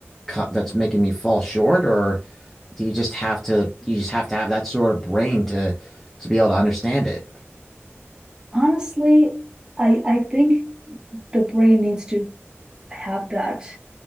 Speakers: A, in the centre; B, on the right.
A: co- that's making me fall short, or do you just have to you just have to have that sort of brain to to be able to understand it?
B: Honestly, I I think the brain needs to have that